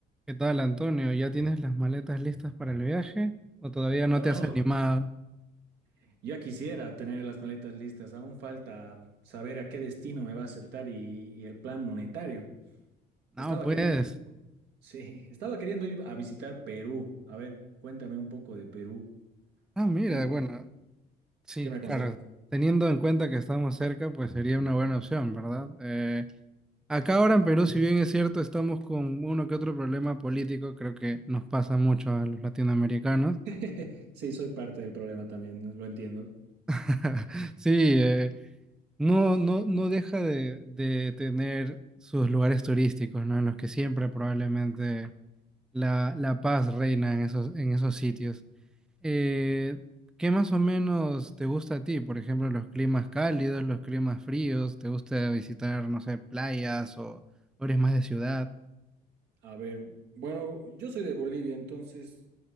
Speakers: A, in the centre; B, on the right.
A: ¿Qué tal, Antonio? ¿Ya tienes las maletas listas para el viaje o todavía no
B: No,
A: te has animado?
B: <laughs> ya quisiera tener las maletas listas. Aún falta saber a qué destino me va a aceptar y, y el plan monetario.
A: No,
B: Estaba
A: pues.
B: queriendo ir, sí, estaba queriendo ir a visitar Perú. A ver, cuéntame un poco de Perú.
A: Ah, mira,
B: ¿Qué,
A: bueno,
B: qué-
A: sí,
B: qué me aconsejas?
A: claro. Teniendo en cuenta que estamos cerca, pues sería una buena opción, ¿verdad? Eh, acá ahora en Perú, si bien es cierto, estamos con uno que otro problema político, creo que nos pasa mucho a los latinoamericanos.
B: <laughs> Sí, soy parte del problema también, ¿no? lo entiendo.
A: <laughs> Sí, eh, no, no, no deja de, de tener sus lugares turísticos, ¿no? En los que siempre probablemente la, la paz reina en esos, en esos sitios. Eh, ¿qué más o menos te gusta a ti? Por ejemplo, los climas cálidos, los climas fríos, ¿te gusta visitar, no sé, playas o, o eres más de ciudad?
B: A ver, bueno, yo soy de Bolivia, entonces